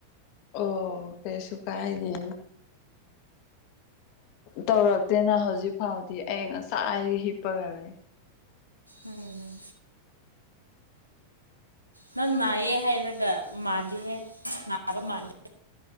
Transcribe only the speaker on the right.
ꯎꯝꯝ ꯅꯪ ꯅꯥꯏꯌꯦꯦ ꯍꯥꯏꯔꯒ ꯃꯥꯟꯗꯦꯍꯦ ꯅꯥꯕ ꯃꯥꯟꯗꯦ